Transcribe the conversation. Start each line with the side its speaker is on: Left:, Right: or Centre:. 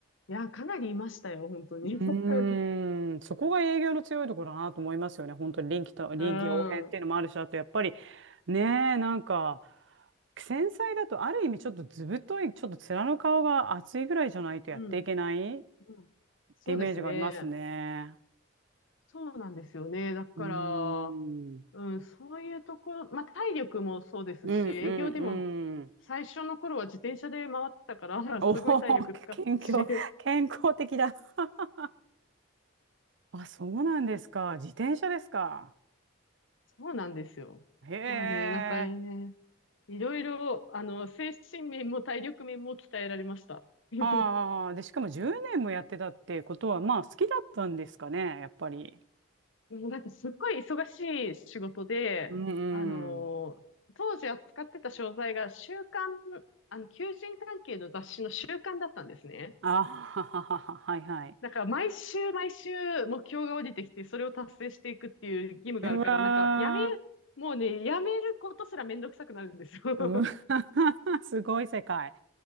Left: や、かなりいましたよ、本当に。
Right: うーん、
Left: <laughs>
Right: そこが営業の強いところだなと思いますよね。本当に臨機と、臨機応変っていうのもあるし、
Left: うん。
Right: あとやっぱりねえ、なんか、繊細だとある意味ちょっとずぶとい、ちょっと面の顔が厚いぐらいじゃないとやっていけないっ
Left: うん。うん。そうですね。
Right: てイメージがありますね。
Left: そうなんですよね。だから、
Right: うーん、
Left: うん、そういうところ、まあ体力もそうですし、
Right: うんうんうん。
Left: 営業でも最初の頃は自転車で回ってたから、
Right: おお、
Left: <laughs> すごい体力使ったし、
Right: <laughs> 健康、
Left: <laughs>
Right: 健康的だ。<laughs> あ、そうなんですか。自転車ですか。
Left: そうなんですよ。
Right: へえ。
Left: まあね、なんかね、いろいろ、あの、精神面も体力面も鍛えられました。<laughs>
Right: ああ、で、しかも10年もやってたってことは、まあ、好きだったんですかね、やっぱり。
Left: もうなんかすっごい忙しい仕事で、
Right: うんうん。
Left: あの当時扱ってた商材が週刊、あの、求人関係の雑誌の週刊だったんですね。
Right: あはははは、はいはい。
Left: だから毎週毎週目標が降りてきて、それを達成していくっていう義務があるから、
Right: うわ
Left: なんかやめ、もうね、やめることすらめんどくさくなるんですよ。<laughs>
Right: ー、うわー、<laughs> すごい世界。